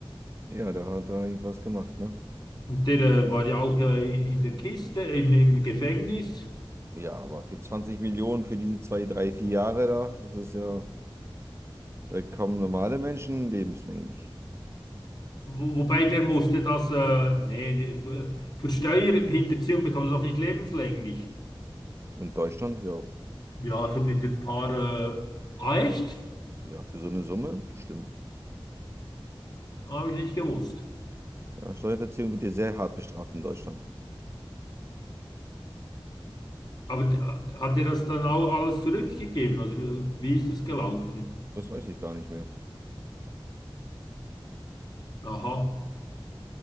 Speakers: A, on the right (about 30°); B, on the left (about 45°).
A: Ja, da hat er irgendwas gemacht, ne?
B: Und der äh, war ja auch ja in, in der Kiste, in, im Gefängnis.
A: Ja, aber für zwanzig Millionen für diese zwei, drei, vier Jahre da, das ist ja. Da kommen normale Menschen lebenslänglich.
B: Wo, wobei der musste das, äh, nee, nee, äh, für Steuerhinterziehung bekommt er doch nicht lebenslänglich.
A: In Deutschland, ja.
B: Ja, so mit ein paar, äh, ah, echt?
A: Ja, für so eine Summe bestimmt.
B: Habe ich nicht gewusst.
A: Ja, Steuerhinterziehung wird ja sehr hart bestraft in Deutschland.
B: Aber d- hat er das dann auch alles zurückgegeben oder äh, wie ist das gelaufen?
A: Das weiß ich gar nicht mehr.
B: Aha.